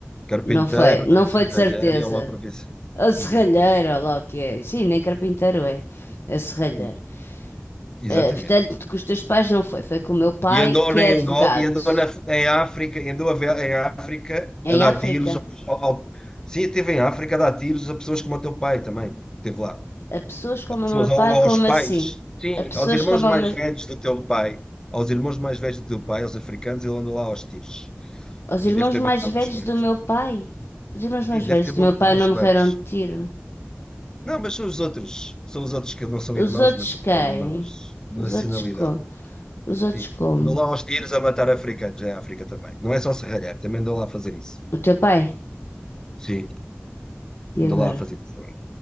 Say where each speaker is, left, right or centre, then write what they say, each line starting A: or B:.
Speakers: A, on the left (about 15°); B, on the left (about 65°).
A: Carpinteiro,
B: Não foi, não
A: dante
B: foi
A: serralheiro
B: de certeza.
A: e é uma profissão.
B: Ou serralheiro,
A: Hum, pois,
B: ou lá o que é. Sim, nem carpinteiro é. É serralheiro.
A: Uhum. exatamente.
B: Eh, portanto, com os teus pais não foi. Foi com o meu pai
A: E andou
B: que
A: em
B: é advogado.
A: Angola, e andou na, em África, e andou a ver, em África
B: Em
A: a dar
B: África.
A: tiros. Ao, ao- sim, esteve em África a dar tiros a pessoas como o teu pai também. Esteve lá.
B: A pessoas como
A: pessoas,
B: o meu pai,
A: ou aos
B: como
A: pais,
B: assim?
A: sim,
B: A pessoas
A: aos irmãos
B: como
A: mais
B: o meu
A: velhos do teu pai, aos irmãos mais velhos do teu pai, aos africanos, ele andou lá aos tiros.
B: Os
A: E
B: irmãos
A: deve ter
B: mais
A: matado
B: velhos
A: uns quantos.
B: do meu pai. Os irmãos mais
A: Sim, deve
B: velhos
A: ter
B: do
A: morto
B: meu pai não
A: uns
B: morreram
A: quantos.
B: de tiro.
A: Não, mas são os outros. São os outros que não são
B: Os
A: irmãos,
B: outros
A: mas são
B: quem?
A: irmãos de
B: Os
A: nacionalidade.
B: outros como? Os outros
A: Sim.
B: como?
A: Andou lá aos tiros a matar africanos, é a África também. Não é só serralhar, também andou lá a fazer isso.
B: O teu pai?
A: Sim,
B: E
A: andou
B: agora?
A: lá a fazer isso. também.